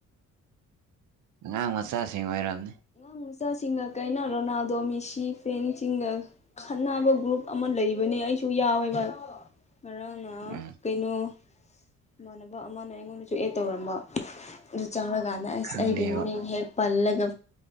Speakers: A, on the right; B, on the left.
A: ꯉꯪ ꯃꯆꯥꯁꯤꯡ ꯑꯣꯏꯏꯔꯜꯅꯤ
B: ꯑꯉꯥꯡ ꯃꯆꯥꯁꯤꯡꯒ ꯀꯩꯅ ꯔꯣꯅꯥꯜꯗꯣ ꯃꯤꯁꯤ ꯐꯦꯡꯁꯤꯡꯒ ꯈꯟꯅꯅꯕ ꯒ꯭ꯔꯨꯞ ꯑꯃ ꯂꯩꯕꯅꯤ ꯑꯩꯁꯨ ꯌꯥꯎꯋꯦꯕ
A: <inaudible>
B: ꯉꯔꯥꯡꯅ
A: ꯎꯝ
B: ꯀꯩꯅꯣ ꯏꯃꯥꯟꯅꯕ ꯑꯃꯅ ꯑꯩꯉꯣꯟꯗꯁꯨ ꯑꯦ ꯇꯧꯔꯝꯕ ꯆꯪꯂꯉꯀꯥꯟꯗ ꯑꯁ
A: ꯈꯪꯗꯦꯕ
B: ꯑꯩꯒꯤ ꯃꯤꯡ ꯍꯦꯛ ꯄꯜꯂꯒ